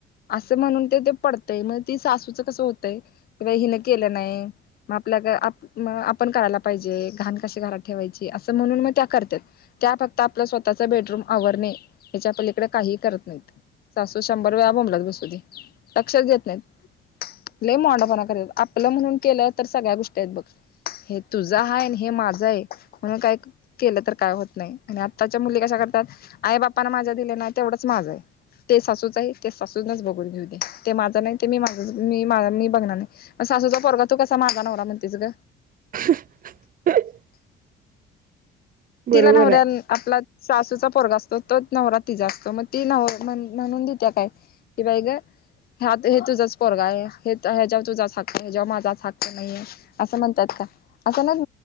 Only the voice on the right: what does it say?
<unintelligible> बरोबर
आहे